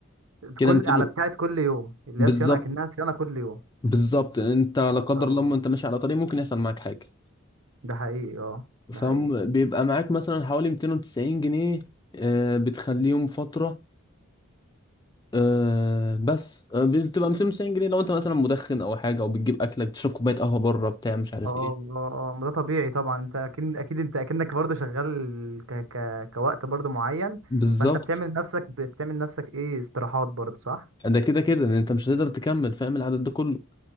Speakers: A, on the left (about 20°); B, on the right (about 70°).
A: كده
B: كل
A: 200
B: على
A: و-
B: بتاعت كل يوم اللي
A: بالظبط
B: هي صيانه اكنها صيانه كل يوم
A: بالظبط انت لا قدر
B: اه
A: الله لما انت ماشي على طريق ممكن يحصل معاك حاجه
B: ده حقيقي اه ده
A: فبيبقى
B: حقيقي
A: معاك مثلا حوالي 290 جنيه آه، بتخليهم فتره أه بس آه، بتبقى 290 جنيه لو انت مثلا مدخن او حاجه او بتجيب اكلك بتشرب كوبايه قهوه بره بتاع مش عارف
B: اه
A: ايه
B: اه اه ما ده طبيعي طبعا انت اكيد اكيد انت اكنك برضه شغال ك ك كوقت برضه معين
A: بالظبط
B: فانت بتعمل نفسك بتعمل نفسك ايه استراحات برضه صح
A: ده كده كده ان انت مش هتقدر تكمل فاهم العدد ده كله